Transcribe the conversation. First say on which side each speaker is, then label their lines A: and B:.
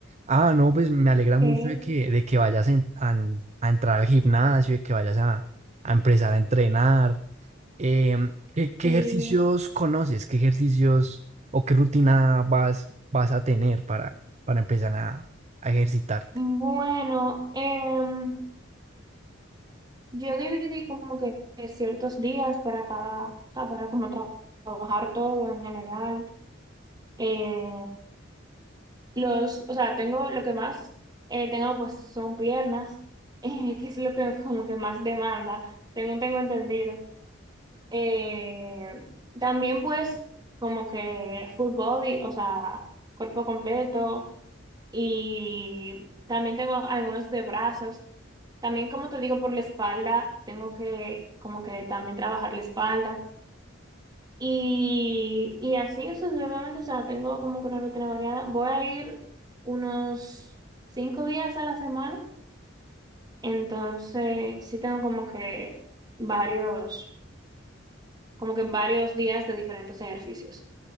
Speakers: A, on the right; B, on the right.
A: Ah, no, pues me alegra
B: okay,
A: mucho de que, de que vayas en- a, a entrar al gimnasio, de que vayas a, a empezar a entrenar. Em, ¿qué, qué
B: sí.
A: ejercicios conoces? ¿Qué ejercicios o qué rutina vas, vas a tener para, para empezar a, a ejercitarte?
B: Bueno, em, Yo dividí como que ciertos días para cada, o sea, para como tra- trabajar todo en general. Eh, los, o sea, tengo lo que más eh, tengo pues son piernas, <laughs> eh, que es lo que como que más demanda, según tengo entendido. Eh, también pues como que full body, o sea, cuerpo completo, y también tengo algunos de brazos. También, como te digo, por la espalda, tengo que como que también trabajar la espalda. Y, y así sucesivamente, o sea, tengo como que una rutina variada. Voy a ir unos cinco días a la semana, entonces sí tengo como que varios, como que varios días de diferentes ejercicios.